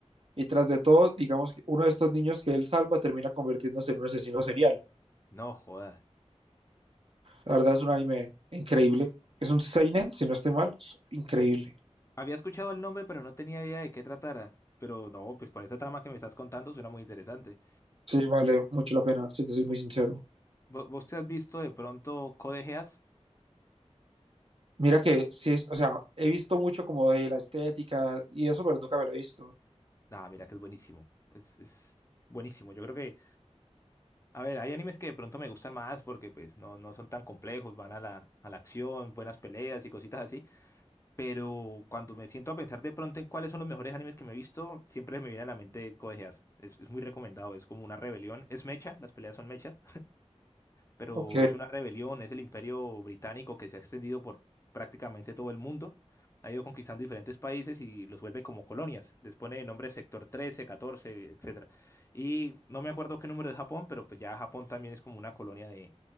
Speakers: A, on the right; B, on the left.
A: y tras de todo, digamos que uno de estos niños que él salva termina convirtiéndose en un asesino serial.
B: No, joda.
A: La verdad es un anime increíble. Es un Seinen, si no estoy mal, es increíble.
B: Había escuchado el nombre, pero no tenía idea de qué tratara. Pero no, pues con esa trama que me estás contando suena muy interesante.
A: Sí, vale mucho la pena, si te soy muy
B: ¿Vo-
A: sincero.
B: vo- ¿Vos te has visto de pronto Code Geass?
A: Mira que sí, es, o sea, he visto mucho como de la estética y eso, pero nunca me lo he visto.
B: Ah, mira que es buenísimo. Es, es buenísimo. Yo creo que, a ver, hay animes que de pronto me gustan más porque pues no, no son tan complejos, van a la, a la acción, buenas peleas y cositas así. Pero cuando me siento a pensar de pronto en cuáles son los mejores animes que me he visto, siempre me viene a la mente Code Geass. Es, es muy recomendado, es como una rebelión. Es mecha, las peleas son mechas, pero
A: Ok, es
B: es una rebelión, es el imperio británico que se ha extendido por prácticamente todo el mundo. Ha ido conquistando diferentes países y los vuelve como colonias. Les pone de nombre sector trece catorce etcétera. Y no me acuerdo qué número es Japón, pero pues ya Japón también es como una colonia de-